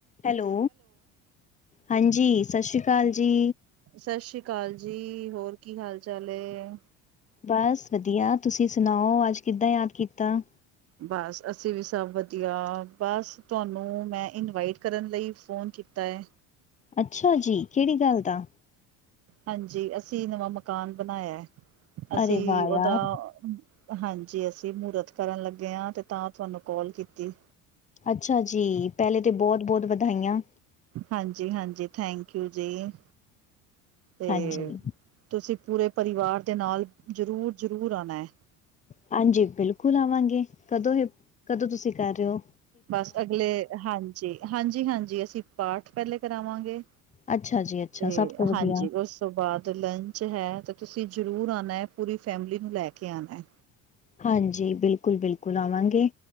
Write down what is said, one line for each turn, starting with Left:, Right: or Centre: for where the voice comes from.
Left: Hello ਹਾਂਜੀ ਸਤਿ ਸ਼੍ਰੀ ਕਾਲ ਜੀ।
Right: ਸਤਿ ਸ੍ਰੀ ਕਾਲ ਜੀ। ਹੋਰ ਕੀ ਹਾਲ ਚਾਲ ਏ?
Left: ਬਸ ਵਧੀਆ। ਤੁਸੀਂ ਸੁਨਾਔ ਅੱਜ ਕਿੱਦਾਂ ਯਾਦ ਕੀਤਾ?
Right: ਬਸ ਅਸੀਂ ਵੀ ਸਭ ਵਧੀਆ। ਬਸ ਤੁਆਨੂੰ ਮੈਂ ਇਨਵਾਈਟ ਕਰਨ ਲਈ ਫੋਨ ਕੀਤਾ ਏ।
Left: ਅੱਛਾ ਜੀ! ਕੇੜੀ ਗੱਲ ਦਾ?
Right: ਹਾਂਜੀ ਅਸੀਂ ਨਵਾਂ ਮਕਾਨ ਬਨਾਇਆ। ਅਸੀਂ
Left: ਅਰੇ ਵਾਹ ਯਾਰ
Right: ਉਦਾ ਹਾਂਜੀ ਅਸੀਂ ਮੂਰਤ ਕਰਨ ਲੱਗੇ ਆ ਤੇ ਤਾਂ ਤੁਆਨੂੰ ਕਾਲ ਕੀਤੀ।
Left: ਅੱਛਾ ਜੀ! ਪੈਲੇ ਤੇ ਬਹੁਤ-ਬਹੁਤ ਵਧਾਈਆਂ।
Right: ਹਾਂਜੀ- ਹਾਂਜੀ ਥੈਂਕਯੂ ਜੀ ਤੇ
Left: ਹਾਂਜੀ,
Right: ਤੁਸੀਂ ਪੂਰੇ ਪਰਿਵਾਰ ਦੇ ਨਾਲ ਜ਼ਰੂਰ -ਜ਼ਰੂਰ ਆਨਾ ਐ।
Left: ਹਾਂਜੀ ਬਿਲਕੁਲ ਆਵਾਂਗੇ। ਕਦੋਂ ਏ ਕਦੋਂ ਤੁਸੀਂ ਕਰ ਰੇ ਔ।
Right: ਬਸ ਅਗਲੇ ਹਾਂਜੀ-ਹਾਂਜੀ-ਹਾਂਜੀ ਅਸੀਂ ਪਾਠ ਪੈਲੇ ਕਰਾਵਾਂਗੇ।
Left: ਅੱਛਾ ਜੀ ਅੱਛਾ
Right: ਤੇ
Left: ਸਭ ਤੋਂ
Right: ਹਾਂਜੀ
Left: ਵਧੀਆ।
Right: ਉਸ ਬਾਅਦ ਲੰਚ ਹੈ ਤਾਂ ਤੁਸੀਂ ਜ਼ਰੂਰ ਆਣਾ, ਪੂਰੀ ਫੈਮਿਲੀ ਨੂੰ ਲੈ ਕੇ ਆਣਾ।
Left: ਹਾਂਜੀ ਬਿਲਕੁਲ ਬਿਲਕੁਲ ਆਵਾਂਗੇ।